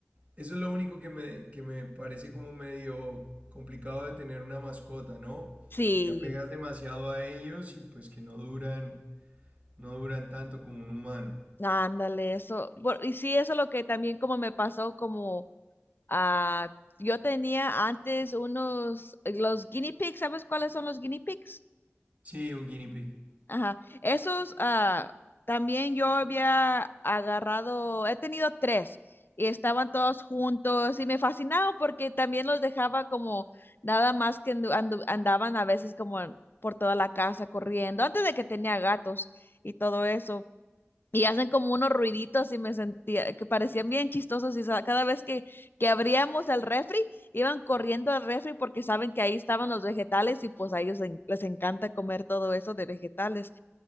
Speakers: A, on the right (about 30°); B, on the left (about 45°).
A: Eso es lo único que me, que me parece como medio complicado de tener una mascota, ¿no?
B: Sí,
A: Que te apegas demasiado a ellos y pues que no duran, no duran tanto como un humano.
B: ándale, eso. por- y sí, eso es lo que también como me pasó, como ah, yo tenía antes unos, los guinea pigs, ¿sabes cuáles son los guinea pigs?
A: Sí, un guinea pig.
B: Ajá. Esos, ah, también yo había agarrado, he tenido tres y estaban todos juntos y me fascinaba porque también los dejaba como nada más que andu- andu- andaban a veces como en- por toda la casa corriendo, antes de que tenía gatos y todo eso y hacen como unos ruiditos y me sentía que parecían bien chistosos y sa- cada vez que, que abríamos el refri iban corriendo al refri porque saben que ahí estaban los vegetales y pues a ellos en- les encanta comer todo eso de vegetales.